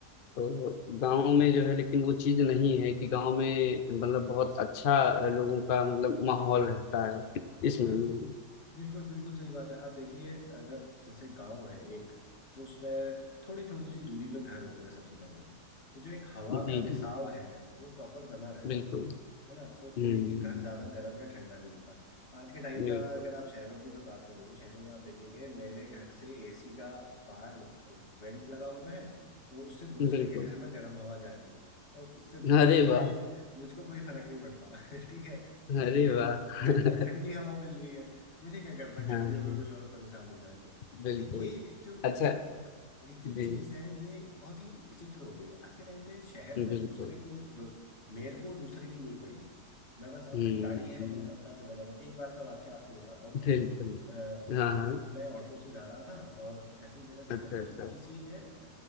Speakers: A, on the left; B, on the left.
A: तो गांव में जो है लेकिन वो चीज नहीं है कि गांव में मतलब बहुत अच्छा लोगों का मतलब माहौल रहता है इस मामले
B: हाँ
A: में
B: बिल्कुल बिल्कुल सही बात है आप देखिए अगर जैसे गांव है एक तो उसमें थोड़ी थोड़ी सी दूरी पे घर होते हैं सबसे पहले तो जो एक हवा
A: जी
B: का रिसाव
A: जी
B: है वो प्रॉपर बना रहता
A: बिल्कुल
B: है है ना तो
A: हम्म
B: कोई भी घर ज्यादा गर्म या ठंडा नहीं होता आज के टाइम
A: बिल्कुल
B: पर अगर आप शहरों की मैं बात करूँ शहरों में आप देखेंगे मेरे घर से एसी का बाहर वेंट लगा हुआ है वो उससे दूसरे
A: बिल्कुल
B: के घर में गर्म हवा जा रही है और उससे मुझको
A: अरे
B: कोई
A: वाह
B: मुझको कोई फर्क नहीं पड़ता <laughs> ठीक है क्योंकि
A: अरे
B: मेरे
A: वाह
B: मेरे
A: <laughs>
B: को ठंडी हवा मिल रही है मुझे क्या करना गर्मियों
A: हाँ हाँ,
B: में कोई और परेशान हो रहा है तो
A: बिल्कुल
B: तो ये जो
A: अच्छा
B: एक एक जो
A: जी
B: चीज है ये बहुत ही विचित्र हो गई है आज के टाइम पे शहर
A: बिल्कुल
B: में दूसरे को दो, मेरे को दूसरे की नहीं पड़ी है मैं बस अपनी
A: हम्म
B: गाड़ी है
A: हम्म,
B: मैं चलता चला जाऊंगा एक बार का वाक्य आपको बताता हूँ
A: बिल्कुल
B: अ,
A: हाँ
B: हम
A: हाँ
B: मैं ऑटो से जा रहा था और ऐसे ही मैंने देखा
A: अच्छा
B: कि
A: अच्छा
B: किसी ने अ,